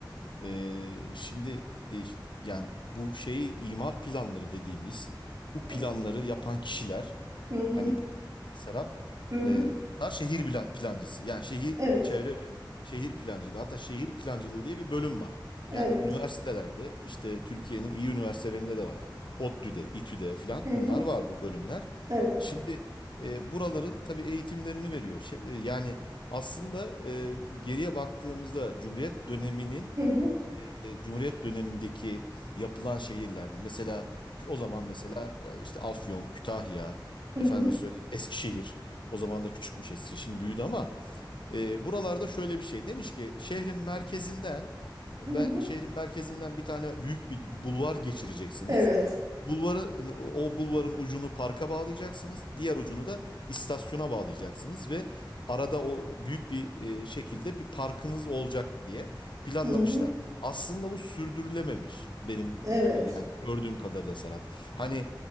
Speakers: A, on the left; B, on the right.
A: E, şimdi e, işte yani bu şeyi imar planları dediğimiz bu planları
B: Evet.
A: yapan kişiler
B: Hı hı.
A: Hani ben- Serap
B: Hı hı.
A: e, bunlar şehir plan- plancısı. Yani şehir
B: Evet.
A: çevre ve şehir plancılığı. Hatta şehir plancılığı diye bir bölüm var. Yani
B: Evet.
A: üniversitelerde işte Türkiye'nin iyi üniversitelerinde de var. ODTÜ'de, İTÜ'de filan
B: Hı
A: bunlar
B: hı.
A: var bu bölümler.
B: Evet.
A: Şimdi e, buraları tabii eğitimlerini veriyor. Şey- e, yani aslında e, geriye baktığımızda Cumhuriyet döneminin
B: Hı hı.
A: e, Cumhuriyet dönemindeki yapılan şehirlerde mesela o zaman mesela e, işte Afyon, Kütahya,
B: Hı
A: efendime
B: hı.
A: söyleyeyim Eskişehir o zaman da küçükmüş Eskişehir şimdi büyüdü ama e, buralarda şöyle bir şey demiş ki şehrin merkezinden ben
B: Hı hı.
A: şehrin merkezinden bir tane büyük bir bulvar geçireceksiniz.
B: Evet.
A: Bulvarı o bulvarın ucunu parka bağlayacaksınız. Diğer ucunu da istasyona bağlayacaksınız ve arada o büyük bir e, şekilde bir parkınız olacak diye planlamışlar.
B: Hı hı.
A: Aslında bu sürdürülememiş benim
B: Evet.
A: e, yani gördüğüm kadarıyla Serap. Hani